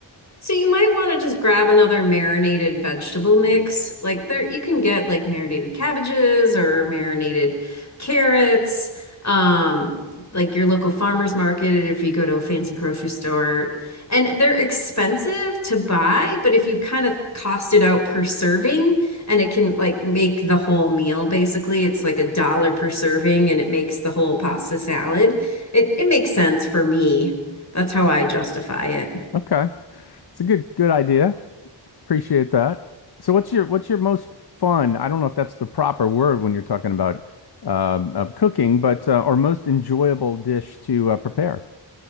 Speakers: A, on the left (about 40°); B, on the left (about 60°).
A: So you might want to just grab another marinated vegetable mix. Like there, you can get like marinated cabbages or marinated carrots. Um, like your local farmer's market, if you go to a fancy grocery store, and they're expensive to buy, but if you kind of cost it out per serving, and it can like make the whole meal basically, it's like a dollar per serving, and it makes the whole pasta salad. It it makes sense for me. That's how I justify it.
B: Okay. It's a good good idea. Appreciate that. So what's your what's your most fun? I don't know if that's the proper word when you're talking about um, uh, cooking, but uh, or most enjoyable dish to uh, prepare.